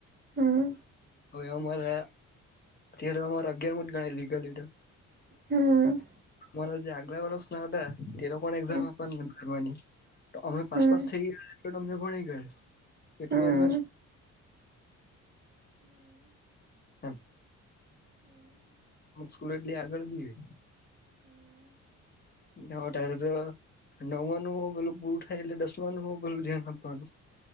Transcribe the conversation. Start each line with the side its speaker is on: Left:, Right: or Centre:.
Right: હમ
Left: હવે અમારે અત્યારે અમારે અગિયાર મો જ ગણાય લીગલ તો
Right: હમમ
Left: મારા જે આગલા વર્ષ ના હતા તેનો પણ એક્ઝામ
Right: હમ
Left: આપવાની તો અમે પાસ
Right: હમ
Left: પાસ થઈ ગયા તો અમને ભણી ગયા એટલું
Right: હયરમાં
Left: તો એડવાન્સ <unintelligible> અમુક સ્કૂલો એટલી આગળ બી વધરે તો નવમાંનું હો પેલું પૂરું થાય એટલે દસવાનું હો પેલું ધ્યાન આપવાનું